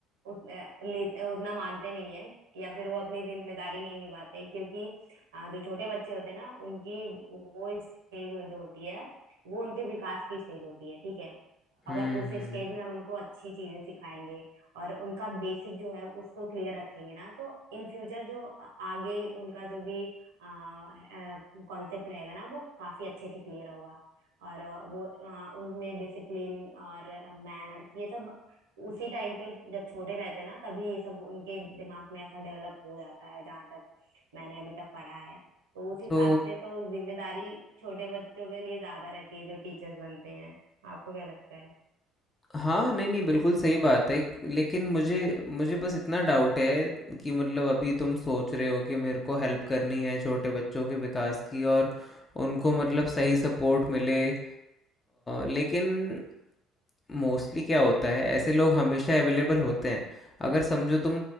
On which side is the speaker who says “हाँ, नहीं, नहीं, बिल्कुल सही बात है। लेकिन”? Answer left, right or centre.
Left